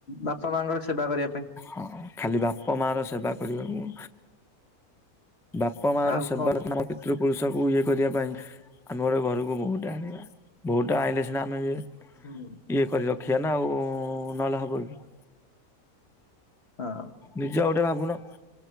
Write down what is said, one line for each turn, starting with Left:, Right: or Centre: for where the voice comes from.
Left: ବାପା ମାଙ୍କର ସେବା କରିବା ପାଇଁ।
Centre: ହଁ ଖାଲି ବାପା ମା ର ସେବା କରିବାକୁ ବାପା ମା
Left: ଆଉ
Centre: ର ସେବା
Left: କଣ
Centre: ତନ୍ତ୍ନ ପିତୃ ପୁରୁଷକୁ ଇଏ କରିବା ପାଇଁ ଆମେ ଗୋଟେ ଘରକୁ ବହୁତେ ଆଣିବା। ବହୁତା ଆଇଲେ ସିନା ଆମେ ଏ
Left: ହୁଁ।
Centre: ଇଏ କରି ରଖିବା ନା ଆଉ ନହେଲେ ହବ କି।
Left: ହଁ
Centre: ନିଜେଉ ଗୋଟେ ଭାବୁନ